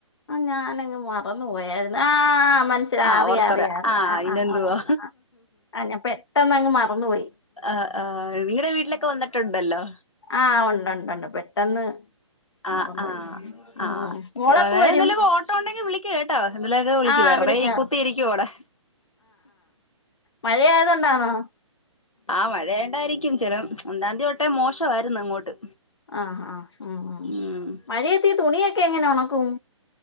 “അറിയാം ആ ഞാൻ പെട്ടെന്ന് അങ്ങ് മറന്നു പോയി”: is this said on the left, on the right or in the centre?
Left